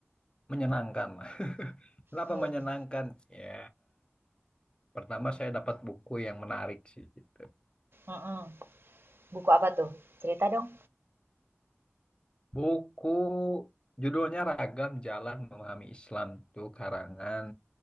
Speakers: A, on the left (about 20°); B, on the right (about 55°).
A: menyenangkan lah. <laughs> Kenapa
B: Hmm,
A: menyenangkan? Ya, pertama saya dapat buku yang menarik sih gitu.
B: mm-mm. Buku apa tuh? Cerita dong.
A: Buku judulnya Ragam Jalan Memahami Islam itu karangan